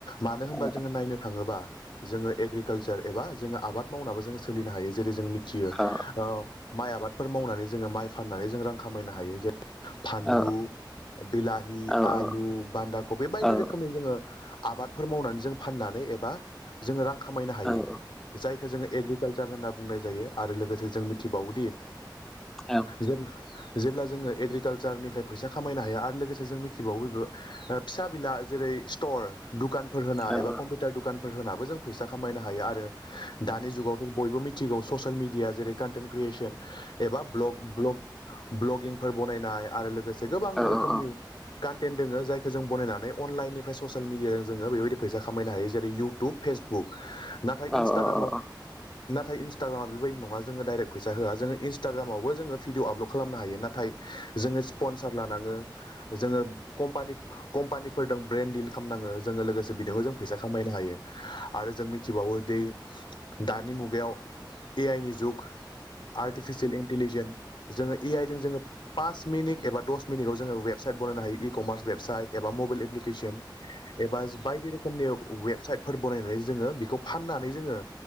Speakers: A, on the left; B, in the centre.
A: मानो होमबा
B: औ
A: जोङो नायनो थाङोबा जोङो एग्रिकाल्सार एबा जोङो आबाद मावनाबो जों सोलिनो हायो। जेरै- जों मिथियो
B: औ
A: ओ माइ आबादफोर मावनानै जोङो माइ फाननानै जों रां खामायनो हायो जों जे फानलु,
B: औ
A: बिलाहि,
B: औ
A: आलु,
B: औ
A: बान्दा कफि बायदि
B: औ
A: रोखोमनि जोङो आबादफोर मावनानै जों फाननानै एबा जोङो रां खामायनो
B: औ
A: हायो। जायखौ जोङो एग्रि कालसार होनना बुंनाय जायो आरो लोगोसे जों मिथिबावोदि
B: औ
A: जेब्ला-जेब्ला जोङो एग्रिकालसारनिफ्राय फैसा खामायनो हायो आरो लोगोसे जों मिथिबावो बे ओ फिसा बिला जेरै- स्टर दुखानफोर होना
B: औ
A: एबा कम्पिउटार दुखान फोर होनाबो जों फैसा खामायनो हायो आरो दानि जुगाव बयबो मिथिगौ ससियेल मिडिया जेरै कान्टेन्ट क्रियेसन एबा ब्लग ब्लग ब्लगिंफोर बनायनाय आरो लोगोसे गोबां
B: औ औ
A: रोखोमनि
B: औ
A: कान्टेन्ट दोङो जाय खौ जों बनायनानै अनलाइननिफाय ससियेल मिडिया जोङो बेबायदि फैसा खामायनो हायो जेरै इउटुब फेसबुक नाथाय
B: नंगौ
A: इनस्टाग्रामा
B: नंगौ औ
A: नाथाय इस्टाग्रामा बेबायदि नङा जोङो दाइरेक फैसा होआ जोङो इनस्टाग्रामावबो जोङो भिदिअ आपलड खालामनो हायो ना फ्राय जोङो स्पनसार लानाङो जोङो कम्पानि कम्पानिफोरदों ब्रेन खामनाङो जोङो लोगोसे बिदोबो जों फैसा खामायनो हायो आरो जों मिथिबावो दि दानि मुगायाव ए आइ नि जुग आर्टिफिसियेल इन्टिलिजेन्स जोङो ए आइजों जोङो पास मिनिट एबा दस मिनिटआव जोङो वेबसाइट बनायनोायो इ कमार्स वेबसाइट एबा मबाइल एप्लिकेसन एबा बायदि रो खोमनि वेबसाइटफोर बनायनानै जोङो बेखौ फाननानै जोङो